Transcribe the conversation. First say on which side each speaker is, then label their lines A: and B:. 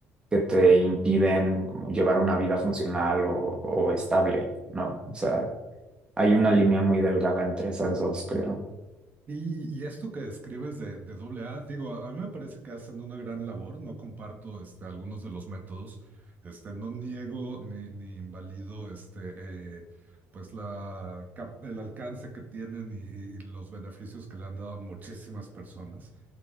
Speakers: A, on the right; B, on the right.
A: que te impiden como llevar una vida funcional o, o estable, ¿no? O sea, hay una línea muy delgada entre esas dos, creo.
B: Y, y esto que describes de, de doble A, digo, a, a mí me parece que hacen una gran labor, no comparto este, algunos de los métodos, este, no niego ni, ni invalido este, eh, pues la, cap- el alcance que tienen y, y los beneficios que le han dado a muchísimas personas,